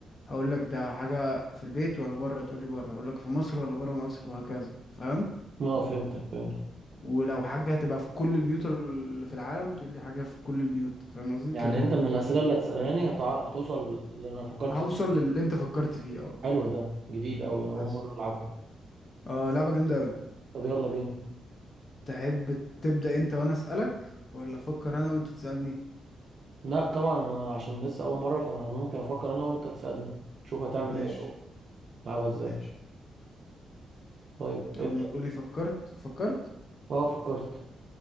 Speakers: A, on the left; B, on the right.
A: هقول لك ده حاجة في البيت ولا بره تقولي بره هقول لك في مصر ولا بره مصر وهكذا فاهم
B: اه فهمتك فهمتك
A: ولو حاجة هتبقى في كل البيوت اللي في العالم تقولي حاجة في كل البيوت فاهم قصدي
B: يعني
A: كده
B: انت
A: يعني
B: من الاسئله اللي هتسالاني هتعر... هتوصل اللي انا فكرت
A: هوصل
B: فيه
A: للي انت فكرت فيه اه
B: حلو ده جديد قوي انا اول
A: بس
B: مره العبها
A: اه لعبة جامدة قوي
B: طب يلا بينا
A: تحب تبدأ انت وانا اسألك ولا افكر انا وانت تسألني
B: لا طبعا انا عشان لسه اول مره فانا ممكن افكر انا وانت تسالني تشوف هتعمل
A: ماشي
B: ايه او تلعبها ازاي
A: ماشي
B: طيب ابدا
A: اول ما تقولي فكرت فكرت
B: اه فكرت